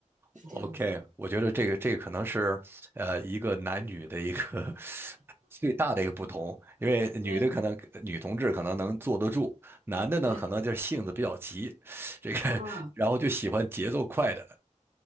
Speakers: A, on the right; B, on the right.
A: 是这样子。
B: ，OK，我觉得这个这个可能是呃一个男女的一个 <laughs> 最大的一个不同，因为女的可能女同志可能能坐得住，
A: 没
B: 男的呢可能就是性子比较急，
A: <laughs>
B: 这个然后就喜欢节奏快的，
A: 啊，